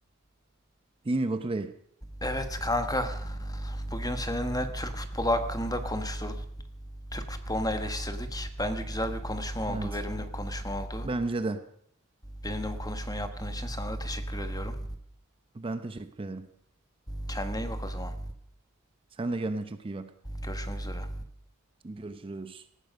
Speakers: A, on the right; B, on the left.
A: Değil mi Batu Bey?
B: Evet kanka, bugün seninle Türk futbolu hakkında konuştuk. Türk futbolunu eleştirdik. Bence güzel bir konuşma oldu,
A: Evet.
B: verimli bir konuşma oldu.
A: Bence de.
B: Benimle bu konuşmayı yaptığın için sana da teşekkür ediyorum.
A: Ben teşekkür ederim.
B: Kendine iyi bak o zaman.
A: Sen de kendine çok iyi bak.
B: Görüşmek üzere.
A: Görüşürüz.